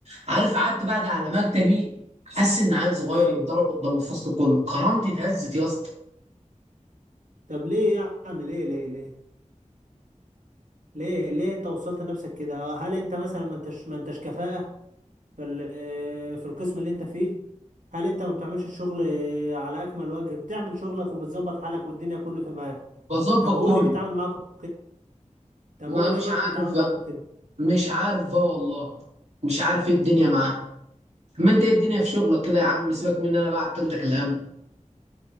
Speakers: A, on the right (about 60°); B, on the right (about 80°).
A: عارف قعدت بعد على مكتبي حاسس ان عيل صغير
B: ايوه
A: اتضرب قدام الفصل كله كرامتي اتهزت يا اسطى
B: طب ليه يعني ليه ليه ليه ليه ليه انت وصلت نفسك كده هل انت مثلا ما انتش ما انتش كفاءة في ال- في القسم اللي انت فيه هل انت ما بتعملش الشغل على اكمل وجه بتعمل شغلك وبتظبط حالك والدنيا كله تمام
A: بظبط
B: طب هو
A: كله
B: ليه بيتعامل معاكم كده طب
A: ما
B: هو ليه
A: مش
B: الراجل
A: عارف
B: بيتعامل معاكم
A: بقى
B: كده
A: مش عارف بقى والله مش عارف ايه الدنيا معاه ما انت ايه الدنيا في شغلك كده يا عم سيبك مني انا بقى عطلتك الهم